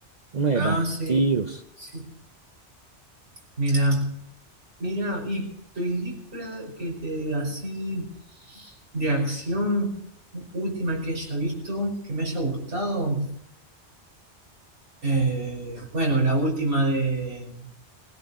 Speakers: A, on the right (about 40°); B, on the right (about 85°).
A: una de
B: Ah,
A: vampiros.
B: sí. Sí. Mira, mira, y película que te así de acción última que haya visto, que me haya gustado. Eh, bueno, la última de